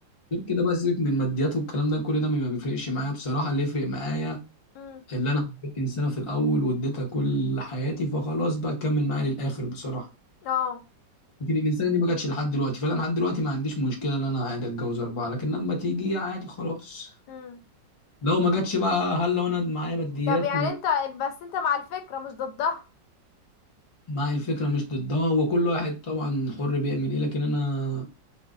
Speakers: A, on the left; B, on the left.
A: غير كده بقى سيبك من الماديات والكلام ده كل ده ما بيفرقش معايا بصراحه اللي يفرق معايا
B: امم
A: اللي انا حبيت انسانه في الاول واديتها كل حياتي فخلاص بقى تكمل معايا للاخر بصراحه
B: اه
A: لكن الانسانه دي ما جاتش لحد دلوقتي فانا لحد دلوقتي ما عنديش مشكله ان انا عادي اتجوز اربعه لكن لما تيجي عادي خلاص
B: امم
A: لو ما جاتش بقى هل لو انا معايا ماديات
B: طب يعني انت بس انت مع الفكرة مش ضدها
A: ومعايا الفكره مش ضدها وكل واحد طبعا حر بيعمل ايه لكن انا